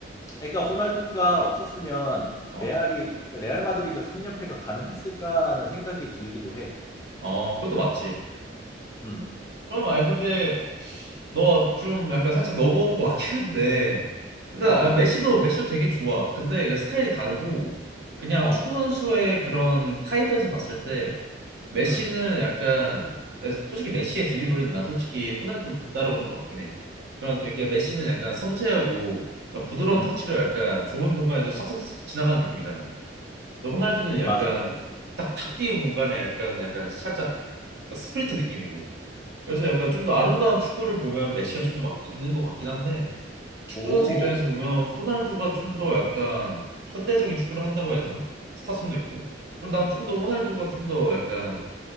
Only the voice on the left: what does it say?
그러니까 호날두가 없었으면
레알이 레알 마드리드 3연패가 가능했을까라는 생각이 들기도 해.
음.
어.
어.
음.
음.
음,
맞아.
오.